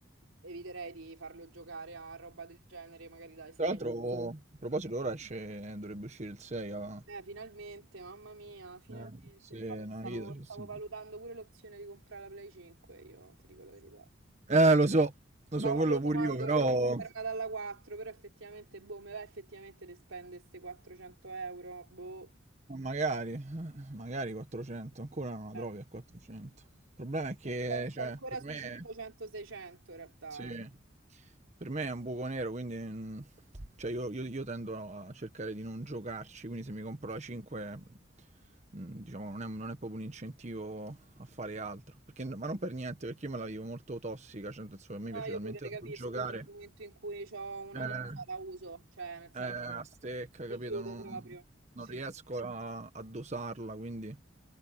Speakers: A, on the right; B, on the right.
A: eviterei di farlo giocare a roba del genere, magari dai 6
B: Tra l'altro, a proposito, ora esce, dovrebbe uscire il 6 a...
A: Eh, finalmente, mamma mia, finalmente.
B: Eh, se
A: Infatti
B: la
A: stavo,
B: vita c'è
A: stavo
B: sempre.
A: valutando pure l'opzione di comprare la Play 5, io ti dico la verità.
B: Eh, lo so, lo
A: Stavo
B: so, quello
A: valutando
B: pure io, però...
A: perché mi sono fermata alla 4, però effettivamente, boh, mi va effettivamente di spendere queste 400 euro, boh.
B: ma Magari, eh, magari 400, ancora non la
A: Eh.
B: trovi a 400. Il problema è che,
A: Penso
B: cioè,
A: ancora
B: per
A: sui
B: me...
A: 500-600 in realtà,
B: Sì.
A: eh.
B: Per me è un buco nero, quindi mm, cioè io, io- io tendo a cercare di non giocarci, quindi se mi compro la 5, mm, diciamo, non è, non è proprio un incentivo a fare altro. Perché no- ma non per niente, perché io me la vivo molto tossica, cioè, nel senso che
A: No,
B: a me piace
A: io
B: talmente
A: pure te
B: tanto
A: capisco,
B: giocare,
A: io dal momento in cui ho una
B: eh,
A: cosa la uso, cioè nel senso
B: eh, a stecca,
A: mi
B: capito?
A: chiudo
B: Non,
A: proprio.
B: non
A: Sì.
B: riesco
A: sì.
B: a, a dosarla, quindi